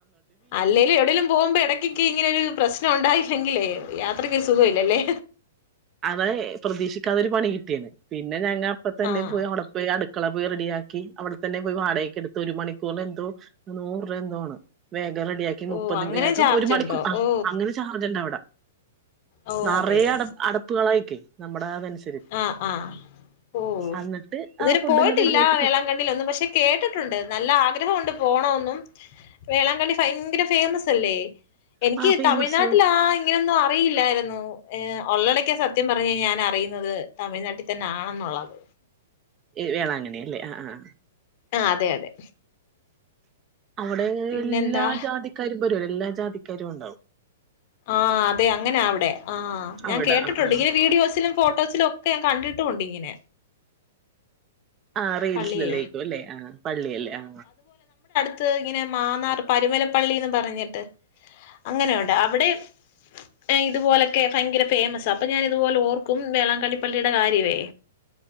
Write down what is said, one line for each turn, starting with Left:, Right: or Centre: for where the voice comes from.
Left: അല്ലേലും എവിടേലും പോവുമ്പോ എടക്കെകേ ഇങ്ങ നെ പ്രശ് നുണ്ടായില്ലെങ്കിലേ യാത്രക്കൊരു സുഖോ ല്ലല്ലേ
Right: അതെ പ്രതീക്ഷിക്കാതൊരു പണികിട്ടിയേന്ന് പിന്നെ ഞങ്ങ അപ്പതന്നെ
Left: ആഹ്
Right: പോയി അവടെ പോയി അട് ക്കളെ പോയി റെഡിയാക്കി അവിടെ തന്നെ പോയി വാടകക്ക് എടുത്തു ഒരു മണിക്കൂറിനെന്തോ നൂറ്രൂ എന്തോ ആണ് വേ ഗം റെഡിയാക്കി മുപ്പത്
Left: ഓ അങ്ങനെ
Right: വേഗം
Left: ചാർജുണ്ടോ
Right: ഒരു മണിക്കൂർ ആ
Left: ഓ
Right: അങ്ങനെ ചാർജ്ണ്ടവടെ
Left: ഓ
Right: നറയെ
Left: അതെയോ
Right: അട അട <unintelligible> നമ്മടെ <unintelligible>
Left: ആ ആ ഓ
Right: അന്നിട്ട്
Left: ഇതുവരെ
Right: ആ ഫുഡെല്ലാം
Left: പോയിട്ടില്ല
Right: റെഡിയാക്കി
Left: വേളങ്കണ്ണീലൊന്നും പക്ഷെ കേട്ടിട്ടുണ്ട് നല്ല ആഗ്രഹം ഒണ്ട് പോണൊ ന്നും വേളാങ്കണ്ണി ഫയങ്കര ഫേമസ് അല്ലേ എനിക്ക്
Right: ആ ഫേമസ്
Left: തമിഴ്നാട്ടിലാ ഇങ്ങനെയൊന്നും അറിയില്ലായിരുന്നു ഏഹ് ഒള്ളടക്കാ സത്യം പറ ഞ്ഞെയ്ഞ്ഞ ഞാൻ അറിയുന്ന ത് തമിഴ്നാട്ടിൽ തന്നെ ആണെന്നുള്ളത്
Right: ഈ വേളാങ്കണ്ണിയല്ലേ ആ ആ ആ
Left: ആ അതെ അതെ
Right: അവിടെ <unintelligible>
Left: പിന്നെന്താ
Right: ല്ലാ ജാതിക്കാരും വരും എല്ലാ ജാതിക്കാരും ഉണ്ടാവും
Left: ആ അതെ അങ്ങനാ അവ്ടെ ആ ഞാൻ
Right: അവിടെ
Left: കേിട്ടുണ്ട്
Right: ആ ആ
Left: ഇങ്ങനെ വീഡിയോസിലും ഫോട്ടോസിലും ഒ ക്കെ ഞാൻ കണ്ടിട്ടുണ്ട് ഇങ്ങനെ
Right: ആ റീൽസിലല്ലേക്കും
Left: പള്ളിയെ
Right: അല്ലേ ആ പള്ളിയല്ലേ ആ
Left: ത്ത് ഇങ്ങനെ മാന്നാർ പരുമലപ്പള്ളിന്ന് പറഞ്ഞിട്ട് അങ്ങനെയൊണ്ട് അവിടേം ഇതുപോലൊക്കെ ഭയങ്കര ഫേമസ് അപ്പൊ ഞാൻ ഇതുപോലെ ഓർക്കും വേളാങ്കണ്ണിപ്പള്ളിയുടെ കാര്യവേ